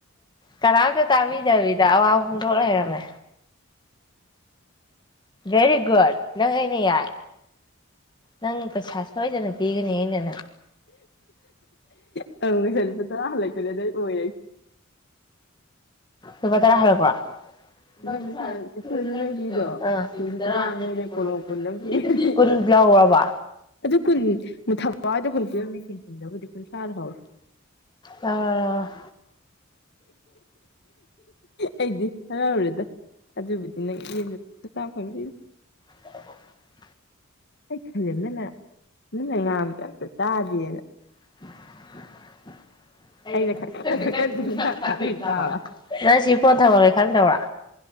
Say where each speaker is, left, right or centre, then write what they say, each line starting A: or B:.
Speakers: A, on the left; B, on the left.
A: ꯀꯅꯥꯝꯇ ꯇꯥꯕꯤꯗꯕꯤꯗ ꯑꯋꯥ ꯍꯣꯡꯗꯣꯛ ꯂꯩꯔꯝꯃꯦ ꯦꯔꯤ ꯨꯗ ꯅꯪ ꯑꯦꯅꯦ ꯌꯥꯏ ꯅꯪ ꯄꯩꯁ ꯁꯏꯖꯅ ꯏꯒꯅꯦꯟꯅꯅ
B: ꯑꯪ ꯉꯁꯥꯏ ꯂꯨꯄꯥ ꯇꯔꯥ ꯍꯜꯂꯛꯄꯗꯗꯩ ꯑꯣꯏꯔꯦ
A: ꯁꯃ ꯇꯔꯥ ꯍꯔꯀ <unintelligible>
B: ꯂꯨꯄꯥ ꯀꯨꯟꯊ꯭ꯔꯥ ꯅꯤꯐꯨꯗꯁꯨ ꯅꯪ ꯄꯤꯗꯣ ꯀꯦꯖꯤ ꯇꯔꯥ ꯑꯃ ꯂꯩꯔꯦ ꯀꯣꯂꯣꯝ ꯀꯨꯟ ꯑꯃ ꯄꯤꯔꯗꯤ
A: ꯀꯟ ꯂꯑꯣꯕ
B: ꯑꯗꯨ ꯀꯨꯟꯨ ꯊꯕꯥꯏꯗ ꯀꯨꯟ ꯄꯤꯔꯝꯅꯦ ꯀꯨꯟꯨꯗꯕꯨꯗꯤ ꯀꯨꯟꯊꯥꯗ ꯍꯧꯋꯦ
A: ꯑ
B: ꯑꯩꯗꯤ ꯍꯔꯥꯎꯨꯔꯦꯗ ꯑ ꯑꯗꯨꯕꯨꯗꯤꯅ ꯌꯦ ꯁꯥꯐꯗ
A: <unintelligible>
B: ꯑꯩ ꯈꯜꯂꯦ ꯅꯪꯅ ꯅꯪꯅ ꯉꯥꯡꯝꯇ ꯑꯝꯇ ꯇꯥꯗꯦꯅ
A: <unintelligible>
B: ꯑꯩꯅ ꯈꯔ ꯈꯔ ꯈꯔ ꯀꯟꯅ ꯉꯥꯡ ꯀꯥꯟꯗ ꯑꯣꯏ ꯇꯥꯕ
A: ꯅ ꯁꯤ ꯄꯣꯟꯠ ꯊꯕꯦ ꯈꯪꯗꯕ꯭ꯔꯥ